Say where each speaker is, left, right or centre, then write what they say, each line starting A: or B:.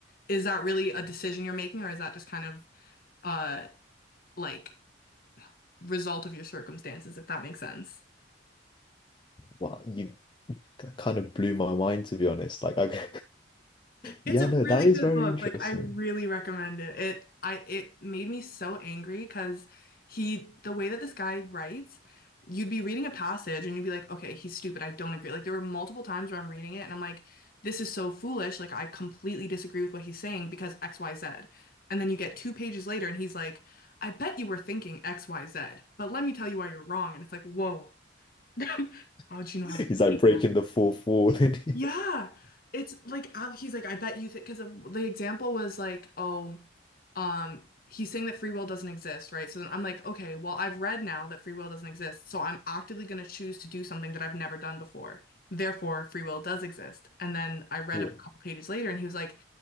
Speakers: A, on the left; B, on the left.
A: is that really a decision you're making, or is that just kind of uh like result of your circumstances, if that makes sense?
B: Wow, you kind of blew my mind to be honest. Like I <laughs>
A: It's
B: Yeah,
A: a
B: no,
A: really
B: that is
A: good
B: very
A: book.
B: interesting.
A: Like I really recommend it. It I it made me so angry because he the way that this guy writes, you'd be reading a passage and you'd be like, okay, he's stupid. I don't agree. Like there were multiple times where I'm reading it and I'm like, this is so foolish. Like I completely disagree with what he's saying because X, Y, Z. And then you get two pages later and he's like, I bet you were thinking X, Y, Z, but let me tell you why you're wrong. And it's like, whoa, <laughs> how'd
B: <laughs>
A: you know I was
B: He's
A: thinking
B: like breaking the fourth wall. <laughs> and-
A: yeah. It's like uh, he's like, I bet you think because the example was like, oh, um, he's saying that free will doesn't exist, right? So then I'm like, okay, well, I've read now that free will doesn't exist, so I'm actively going to choose to do something that I've never done before. Therefore, free will does exist. And then I read
B: Yeah.
A: a couple pages later, and he was like,